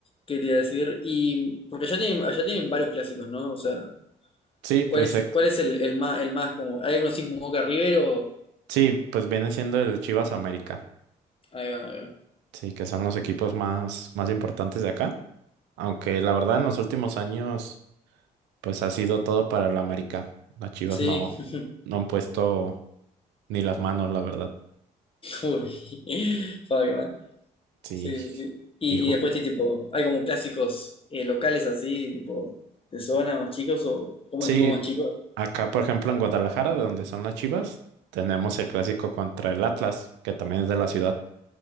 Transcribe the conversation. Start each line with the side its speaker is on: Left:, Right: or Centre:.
Left: ¿Qué te iba a decir? Y porque allá tienen, allá tienen varios clásicos, ¿no? O sea,
Right: Sí, pues
Left: ¿Cuál es,
Right: eh,
Left: cuál es el, el más, el más como, hay algunos así como Boca River o,
Right: sí, pues viene siendo el Chivas América,
Left: ahí va, ahí va.
Right: sí, que son los equipos más más importantes de acá, aunque la verdad en los últimos años pues ha sido todo para el América. Las Chivas
Left: Sí,
Right: no
Left: <laughs>
Right: no han puesto ni las manos, la verdad.
Left: uy, Fabio, qué mal.
Right: Sí.
Left: Sí, sí, sí. Y,
Right: Y ju-
Left: y después sí, tipo, hay como clásicos eh, locales así, tipo, de zona más chicos o como
Right: Sí,
Left: equipos más chicos.
Right: acá por ejemplo en Guadalajara, de donde son las Chivas, tenemos el clásico contra el Atlas, que también es de la ciudad.